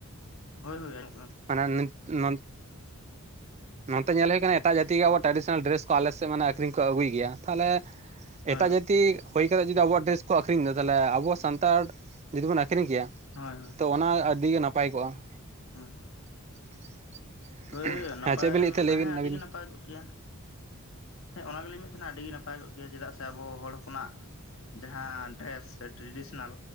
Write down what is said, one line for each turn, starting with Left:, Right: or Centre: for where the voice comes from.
Left: ᱦᱳᱭ ᱦᱳᱭ ᱟᱡ
Right: ᱢᱟᱱᱮ <unintelligible> ᱱᱚᱛᱮ ᱧᱮᱞ ᱦᱳᱭ ᱠᱟᱱᱟ ᱮᱴᱟᱜ ᱡᱟᱹᱛᱤ ᱜᱮ ᱟᱵᱚ ᱴᱟᱰᱤᱥᱚᱱᱟᱞ ᱰᱨᱮᱥ ᱠᱚ ᱟᱞᱮ ᱥᱮᱫ ᱢᱟᱱᱮ ᱟᱠᱨᱤᱧ ᱠᱚ ᱟᱹᱜᱩᱭ ᱜᱮᱭᱟ ᱾ ᱛᱟᱦᱟᱞᱮ
Left: ᱦᱳᱭ
Right: ᱮᱴᱟᱜ
Left: ᱦᱳᱭ
Right: ᱡᱟᱹᱛᱤ ᱦᱳᱭ ᱠᱟᱛᱮ ᱡᱩᱫᱤ ᱟᱵᱚᱣᱟᱜ ᱰᱨᱮᱥ ᱠᱚ ᱟᱠᱷᱨᱤᱧ ᱫᱟ ᱛᱟᱦᱟᱞᱮ ᱟᱵᱚ ᱥᱟᱱᱛᱟᱲ ᱡᱩᱫᱤ ᱵᱚᱱ ᱟᱠᱷᱨᱤᱧ ᱠᱮᱭᱟ
Left: ᱦᱳᱭ
Right: ᱛᱚ ᱚᱱᱟ ᱟᱹᱰᱤ ᱜᱮ ᱱᱟᱯᱟᱭ ᱠᱚᱜᱟ ᱾
Left: ᱦᱮᱸ
Right: <inaudible>
Left: ᱦᱳᱭ ᱱᱟᱯᱟᱭ
Right: ᱦᱮᱸ ᱪᱮᱫ ᱵᱤᱱ
Left: <unintelligible>
Right: ᱞᱟᱹᱭᱮᱫ ᱛᱟᱦᱮᱸ ᱞᱟᱹᱭ ᱵᱤᱱ
Left: ᱦᱮᱸ ᱟᱹᱰᱤ
Right: ᱟᱹᱵᱤᱱ
Left: ᱜᱮ ᱱᱟᱯᱟᱭ ᱠᱚᱜ ᱠᱮᱭᱟ ᱾ ᱦᱮᱸ ᱚᱱᱟ ᱜᱮᱞᱤᱧ ᱢᱮᱱᱮᱫ ᱛᱟᱦᱮᱱᱟ ᱟᱹᱰᱤ ᱜᱮ ᱱᱟᱯᱟᱭ ᱠᱚᱜ ᱜᱮᱭᱟ ᱪᱮᱫᱟᱜ ᱥᱮ ᱟᱵᱚ ᱦᱚᱲ ᱦᱚᱯᱚᱱᱟᱜ ᱡᱟᱦᱟᱸ ᱰᱨᱮᱥ ᱥᱮ ᱴᱨᱮᱰᱤᱥᱮᱱᱟᱞ